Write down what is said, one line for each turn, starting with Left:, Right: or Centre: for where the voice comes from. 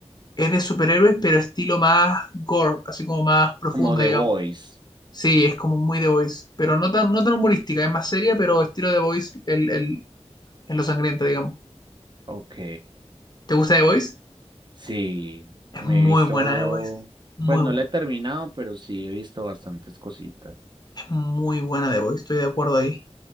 Left: Es de superhéroes, pero estilo más gore, así como más profunda,
Right: como The
Left: digamos.
Right: Voice.
Left: Sí, es como muy The Voice, pero no tan, no tan humorística, es más seria, pero estilo The Voice el, el, en lo sangrienta, digamos.
Right: Ok.
Left: ¿Te gusta The Voice?
Right: Sí,
Left: Es
Right: me
Left: muy
Right: he visto,
Left: buena The Voice. Muy,
Right: pues no
Left: bu-
Right: la he terminado, pero sí he visto bastantes cositas.
Left: es muy buena The Voice, estoy de acuerdo ahí.